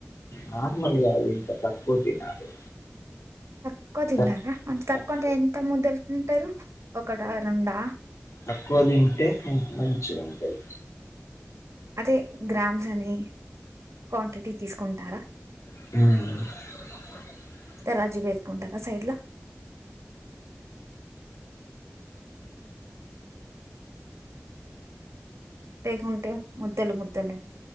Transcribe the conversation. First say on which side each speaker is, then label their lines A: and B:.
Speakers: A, on the left; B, on the right.
A: నార్మల్గా ఇంకా తక్కువ తినాలి
B: తక్కువ తిన్నారా
A: తక్-
B: అంటే తక్కువ్
A: తక్-
B: అంటే ఎంత ముద్దల్ తింటరు ఒకటా రెండా
A: తక్కువ్ టే మంచిగ ఉంటది
B: అదే గ్రామ్స్ అని క్వాంటిటీ తీస్కుంటారా
A: మ్
B: తర్వాజి పెట్టుకుంటారా సైడ్ల లేకుంటే ముద్దల్ ముద్దలని